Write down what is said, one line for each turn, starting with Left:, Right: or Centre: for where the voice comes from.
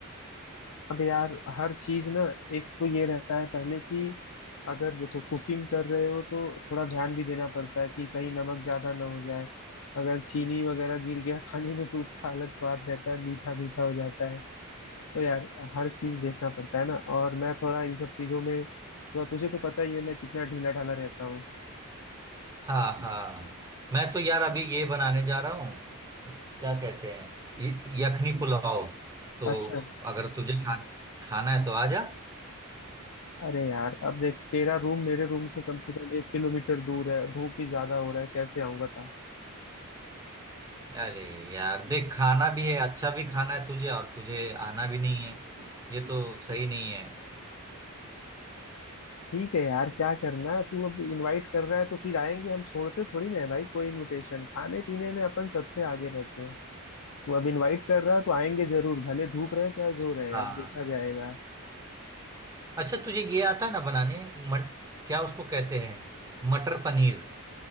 Left: अब यार हर चीज ना एक तो ये रहता है पहले कि अगर देखो कुकिंग कर रहे हो तो थोड़ा ध्यान भी देना पड़ता है कि कहीं नमक ज्यादा ना हो जाए अगर चीनी वगैरह गिर गया <laughs> खाने में तो उसका अलग स्वाद रहता है मीठा मीठा हो जाता है तो यार हर चीज देखना पड़ता है ना और मैं थोड़ा इन सब चीजों में थोड़ा तुझे तो पता ही है मैं कितना ढीला ढाला रहता हूँ
Right: हाँ हाँ मैं तो यार अभी ये बनाने जा रहा हूँ क्या कहते हैं य- यखनी पुलाव तो
Left: अच्छा
Right: अगर तुझे खा, खाना है तो आ जा
Left: अरे यार अब देख तेरा रूम मेरे रूम से कम से कम एक किलोमीटर दूर है धूप भी ज्यादा हो रहा है कैसे आऊंगा था
Right: अरे यार देख खाना भी है अच्छा भी खाना है तुझे और तुझे आना भी नहीं है ये तो सही नहीं है
Left: ठीक है यार क्या करना है तू अब इनवाइट कर रहा है तो फिर आएंगे हम छोड़ते थोड़ी ना है भाई कोई इनविटेशन खाने पीने में अपन सबसे आगे रहते हैं तू अब इनवाइट कर रहा है तो आएंगे जरूर भले धूप रहे चाहे जो रहे
Right: हाँ
Left: अब देखा जाएगा
Right: अच्छा तुझे ये आता है ना बनाने मट क्या उसको कहते हैं मटर पनीर